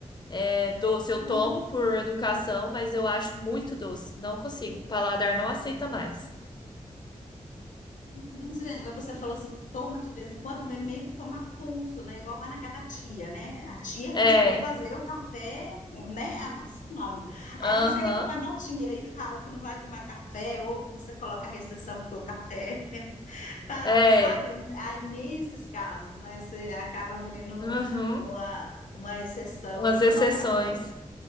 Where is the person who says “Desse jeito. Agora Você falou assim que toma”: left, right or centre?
Left